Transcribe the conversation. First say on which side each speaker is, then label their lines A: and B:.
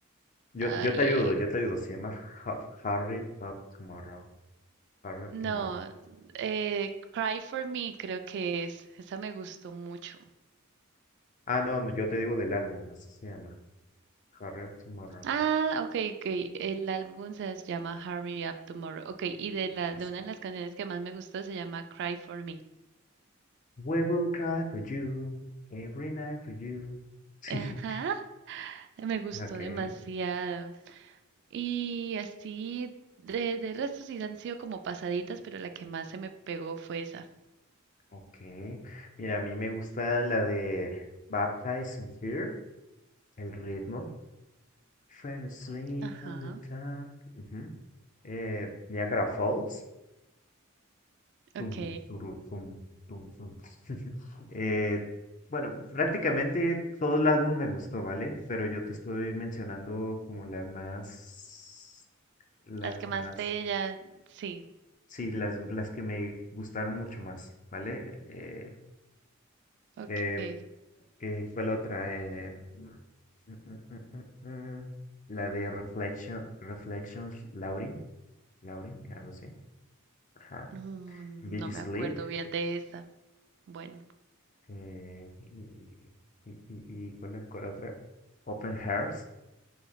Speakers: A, on the left (about 35°); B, on the right (about 55°).
A: Yo,
B: ay,
A: yo te ayudo, yo te ayudo. Se llama Ha- Hurry Up Tomorrow. Hurry Up
B: no.
A: Tomorrow.
B: eh, Cry For Me creo que es. Esa me gustó mucho.
A: Ah, no, no, yo te digo del álbum, así se llama. Hurry Up Tomorrow.
B: Ah, ok, ok. El álbum se llama Hurry Up Tomorrow. Ok, y de
A: Así
B: la, de
A: es.
B: una de las canciones que más me gustó se llama Cry for Me.
A: We will cry for you, every night for you. <laughs>
B: Ajá, me gustó
A: Okay,
B: demasiado. Y así, de, de resto sí han sido como pasaditas, pero la que más se me pegó fue esa.
A: okay. Mira, a mí me gusta la de Baptize in Fear, el ritmo. Fell asleep
B: Ajá,
A: on the top. Ujú. Eh, Niagara Falls.
B: ok.
A: Tum, turu, tum, tum, tum. <laughs> Eh, bueno, prácticamente todo el álbum me gustó, ¿vale? Pero yo te estoy mencionando como las más, las
B: Las que más
A: más,
B: de ella, sí,
A: sí, las, las que me gustaron mucho más, ¿vale? Eh,
B: ok.
A: eh, eh, ¿cuál otra? Eh, mm, mm, mm, mm, mm, la de Reflection, Reflections, Laurie, Laurie, algo así. Ajá.
B: No, no
A: Big
B: me
A: Sleep.
B: acuerdo bien de esa. Bueno,
A: eh, y, y, y- y cuál, es- cuál otra? Open Hearts.